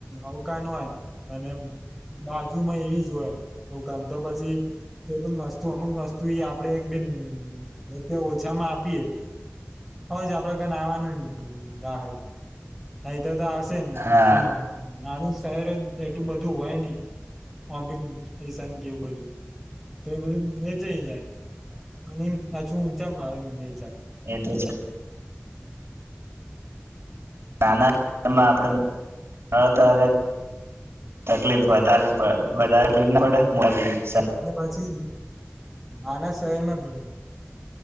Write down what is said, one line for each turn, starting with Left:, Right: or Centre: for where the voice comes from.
Centre: અવકાન હોય અને બાજુમાં એવી જ હોય. દુકાન તો પછી તો પણ વસ્તુ અમુક વસ્તુ ઈ આપડે એક બેન ત્યાં ઓછામાં આપીએ હવે જ આપડા કને આવાનું ગ્રાહક <unintelligible> તો આવશે નહી.
Right: હા
Centre: નાની શહેર જ એટલું બધું હોય નહી હ બી ઈશાન કે એવું બધું તો એ બધું વેચાઈ જાય અને પાછું ઊંચા માર વેચાય.
Right: એટલે છે. નાનામાં આપણે <unintelligible> તકલીફ વધારે પડે, વધારે તકલીફ પડે <unintelligible>
Centre: અને પછી આના શહેરમાં